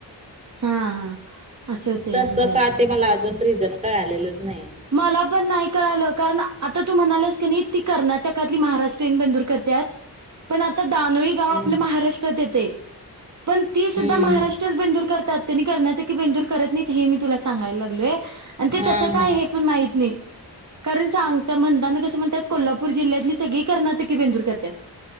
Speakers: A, on the right; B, on the right.
A: हा हा असं होतंय
B: तसं
A: होय
B: का, ते मला अजून रिझन कळालेलंच नाही
A: मला पण नाही कळालं, कारण आता तू म्हणालेस की नाही, ती टकातली महाराष्ट्रीयन बेंदुर करत्यात, पण आता दानोळी गाव
B: हम्म
A: आपल्या महाराष्ट्रात येतय. पण ती सुद्धा
B: हम्म
A: महाराष्ट्रच
B: हम्म.
A: बेंदूर करतात, तेन्ही कर्नाटकी बेंदुर करत नाहीत, हे मी तुला सांगायला लागलोय, अन् ते
B: हा
A: तस काय
B: हा
A: हे पण माहित नाही, कारण सांगता म्हणतान कसं म्हणत्यात, कोल्हापूर जिल्ह्यातली सगळी कर्नाटकी की बेंदुर करत्यात,